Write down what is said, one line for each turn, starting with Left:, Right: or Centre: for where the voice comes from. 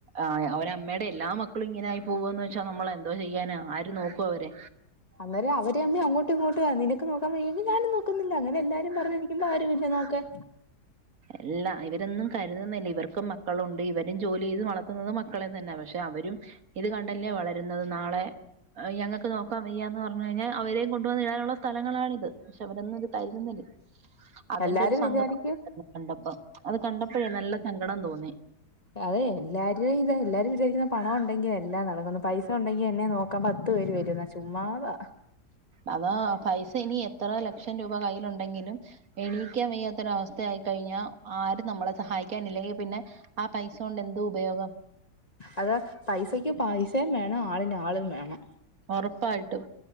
Right: ആഹ് ഒരമ്മയുടെ എല്ലാ മക്കളും ഇങ്ങനെ ആയി പോവാന്ന് വെച്ചാൽ നമ്മള് എന്തോ ചെയ്യാനാ ആര് നോക്കും അവരെ
Left: അന്നേരം അവര് തമ്മിൽ അങ്ങോട്ടും ഇങ്ങോട്ടും ആ നിനക്ക് നോക്കാൻ വയ്യെങ്കിൽ ഞാനും നോക്കുന്നില്ല അങ്ങനെ എല്ലാരും പറഞ്ഞ് നി <unintelligible> ആരുമില്ല നോക്കാൻ
Right: എല്ലാ ഇവരൊന്നും കരുതുന്നില്ല ഇവർക്കും മക്കളുണ്ട് ഇവരും ജോലി ചെയ്ത് വളർത്തുന്നുന്നത് മക്ക മക്കളെ തന്നെ പക്ഷെ അവരും ഇത് കണ്ടല്ലേ വളരുന്നത് നാളെ ഞങ്ങൾക്ക് നോക്കാ വയ്യാന്ന് പറഞ്ഞ റഞ്ഞ് കഴിഞ്ഞാൽ അവരേം കൊണ്ടുവന്നിടാനുള്ള സ്ഥലങ്ങളാണിത് പക്ഷെ അവരെന്ന് <unintelligible> അതിന്റെ
Left: എല്ലാരും
Right: ഒരു സങ്കടം
Left: വിചാരിക്കും
Right: കണ്ടപ്പം അത് കണ്ടപ്പഴേ നല്ല സങ്കടം തോന്നി
Left: <inaudible> അതെ എല്ലാവരും ഇത എല്ലാവരും വിജാരിക്കുന്നേ പണം ഉണ്ടെങ്കി എല്ലാം നടക്കുന്നു പൈസ ഉണ്ടെങ്കി എന്നെ നോക്കാ പത്തു പേര് വരുന്ന് ചുമ്മാതാ
Right: അതാ പൈസ ഇനി എത്ര ലക്ഷം രൂപ കയ്യിലുണ്ടെങ്കിലും എണീക്കാൻ വയ്യാത്തൊര വസ്ഥയായിക്കഴിഞ്ഞാ ആരും നമ്മളെ സഹായിക്കാനില്ലെങ്കിൽ പിന്നെ ആ പൈസ കൊണ്ട് എന്ത് ഉപയോഗം
Left: അത പൈസക്ക് പൈസയും വേണം ആളിന് ആളും വേണം
Right: ഉറപ്പായിട്ടും